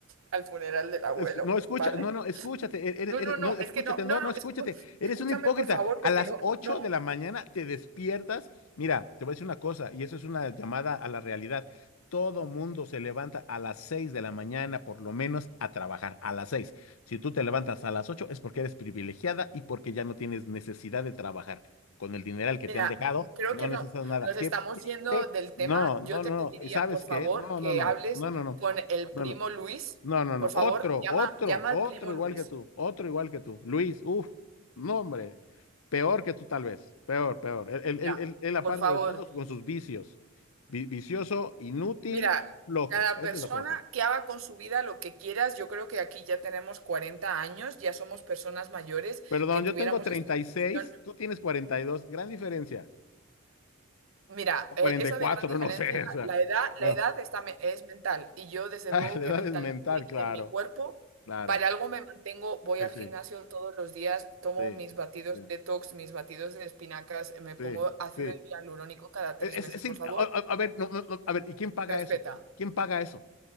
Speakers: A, on the right; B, on the left.
A: al funeral del abuelo,
B: Escu- No, escucha,
A: ¿vale?
B: no, no, escúchate, e- eres-
A: No,
B: eres-
A: no, no,
B: no, escúchate,
A: es que no, no,
B: no, no,
A: no,
B: escúchate,
A: escu-
B: eres
A: escúchame
B: un hipócrita.
A: por favor, porque
B: A las
A: no,
B: 8
A: no.
B: de la mañana te despiertas. Mira, te voy a decir una cosa, y eso es una llamada a la realidad. Todo mundo se levanta a las 6 de la mañana, por lo menos, a trabajar, a las 6 Si tú te levantas a las 8 es porque eres privilegiada y porque ya no tienes necesidad de trabajar. Con el dineral que
A: Mira,
B: te han dejado,
A: mm, creo
B: no
A: que no,
B: necesitas nada.
A: nos
B: Qué
A: estamos
B: triste.
A: yendo del
B: No,
A: tema. Yo
B: no,
A: te
B: no,
A: pediría,
B: ¿y sabes
A: por favor,
B: qué? No,
A: que
B: no, no,
A: hables
B: no, no, no,
A: con el
B: no,
A: primo
B: no.
A: Luis.
B: No, no, no.
A: Por favor,
B: Otro,
A: llama,
B: otro,
A: llama
B: otro
A: al primo
B: igual
A: Luis.
B: que tú. Otro igual que tú. Luis, uff, no, hombre. Peor que tú, tal vez. Peor, peor. Él, él,
A: Mira,
B: él- él- él, aparte
A: por favor,
B: de todos, con sus vicios. Vi- vicioso, inútil,
A: mira,
B: flojo.
A: cada
B: Eso
A: persona
B: es lo que hace.
A: que haga con su vida lo que quieras, yo creo que aquí ya tenemos 40 años, ya somos personas mayores,
B: Perdón,
A: que tuviéramos
B: yo tengo treinta
A: esta
B: y
A: discusión
B: seis, tú tienes 42, Gran diferencia.
A: Mira,
B: O
A: eh,
B: cuarenta
A: eso
B: y cuatro,
A: de gran diferencia,
B: no sé. O sea,
A: la edad, la
B: no.
A: edad está, me- es mental y yo
B: <laughs>
A: desde
B: Ah,
A: luego
B: La
A: que
B: edad
A: mentalmente
B: es mental, claro.
A: y en mi cuerpo,
B: Claro.
A: para algo me mantengo, voy
B: Sí,
A: al
B: sí,
A: gimnasio todos los días, tomo
B: sí,
A: mis batidos
B: sí,
A: detox, mis batidos de espinacas, eh, me pongo
B: sí,
A: ácido
B: sí.
A: hialurónico cada
B: Es,
A: tres meses,
B: es- es
A: por
B: in-
A: favor,
B: a, a- a ver, no, no, no, a ver, ¿y quién paga
A: respeta.
B: eso? ¿Quién paga eso?